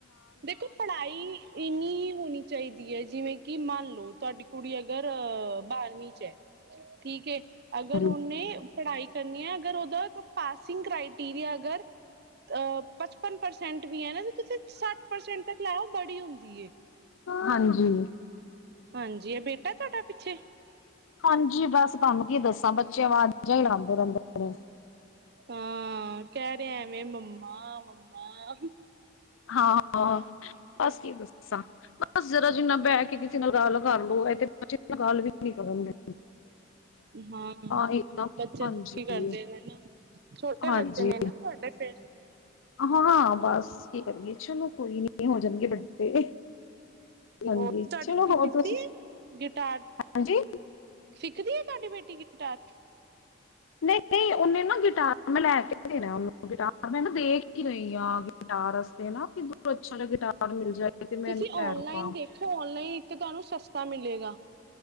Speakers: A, on the right; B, on the left.
A: ਦੇਖੋ ਪੜ੍ਹਾਈ ਇੰਨੀ ਹੀ ਹੋਣੀ ਚਾਹੀਦ ਡੀ ਆਈ ਵਾਏ, ਹੈ ਜਿਵੇਂ ਕਿ ਮੰਨ ਲਓ ਤੁਹਾਡੀ ਕੁੜੀ ਅਗਰ ਅ ਬਾਰਵੀਂ ਚ ਹੈ। ਠੀਕ ਏ। ਅਗਰ ਉਹਨੇ
B: ਹਾਂਜੀ
A: ਪੜ੍ਹਾਈ ਕਰਨੀ ਹੈ ਅਗਰ ਉਹਦਾ ਪਾਸਿੰਗ ਕਰਾਈਟੀਰੀਆ ਅਗਰ ਅ ਪਚਪਨ ਪਰਸੈਂਟ ਸੈਂਟ ਵੀ ਹੈ ਨਾ ਤ ਤੁਸੀਂ ਸੱਠ ਪਰਸੈਂਟ ਤੱਕ ਲੈ ਆਓ ਬੜੀ ਹੁੰਦੀ ਹੈ।
B: ਹਾਂਜੀ।
A: ਹਾਂਜੀ, ਏਕ ਬੇਟਾ ਤੁਹਾਡਾ ਪਿੱਛੇ
B: ਹਾਂਜੀ ਬਸ ਤੁਹਾਨੂੰ ਕੀ ਦੱਸਾਂ ਬੱਚੇ ਅਵਾਜਾਂ ਹੀ ਲਾਉਂਦੇ ਰਹਿੰਦੇ ਨੇ।
A: ਹਾਂ ਕਹਿ ਰਿਹਾ ਐਵੇਂ ਮੰਮਾ ਮੰਮਾ
B: ਹਾਂ ਬਸ ਕੀ ਦੱਸਾਂ ਬਸ ਜਰਾ ਜਿੰਨਾ ਬਹਿ ਕੇ ਕਿਸੇ ਨਾਲ ਹੈਲੋ ਇਹ ਤੇ ਬੱਚੇ ਤਾ ਗੱਲ ਵੀ ਨੀ ਕਰਨ ਦੇਂਦੇ।
A: -ਹਾਂ
B: ਹੀ ਨਾ
A: ਬੱਚੇ
B: ਹਾਂਜੀ
A: ਦੁਖੀ ਕਰਦੇ ਨੇ ਨਾ, ਛੋਟੇ
B: ਹਾਂਜੀ
A: ਬੱਚੇ ਨੇ ਨਾ ਤੁਹਾਡੇ ਫੇਰ
B: ਹਾਂ, ਬਸ ਕੀ ਕਰੀਏ ਚਲੋ ਕੋਈ ਨੀ। ਇਹ ਹੋ ਜਾਣਗੇ ਵੱਡੇ। ਹਾਂਜੀ
A: ਹੋਰ ਤੁਹਾਡੀ
B: ਚਲੋ
A: ਕੁੜੀ
B: ਹੋਰ
A: ਸਿਖਦੀ
B: ਤੁਸੀਂ
A: ਹੈ, ਗਿਟਾਰ
B: ਹਾਂਜੀ
A: ਸਿੱਖਦੀ ਹੈ ਤੁਹਾਡੀ ਬੇਟੀ ਗਿਟਾਰ।
B: ਨਹੀਂ-ਨਹੀਂ ਉਹਨੇ ਨਾ ਗਿਟਾਰ ਮੈਂ ਲੈ ਕੇ ਦੇਣਾ ਉਹਨੂੰ ਗਿਟਾਰ ਮੈਂ ਨਾ ਦੇਖ ਹੀ ਰਹੀ ਹਾਂ ਗਿਟਾਰ ਵਸਤੇ ਨਾ ਅੱਛਾ ਨਾ ਗਿਟਾਰ ਮਿਲ ਜਾਏ ਤੇ ਮੈਂ
A: ਤੁਸੀਂ
B: ਇਹਨੂੰ ਲੈਦੇਵਾਂ।
A: ਔਨਲਾਈਨ ਦੇਖੋ ਔਨਲਾਈਨ ਇੱਕ ਤੇ ਤੁਹਾਨੂੰ ਸਸਤਾ ਮਿਲੇਗਾ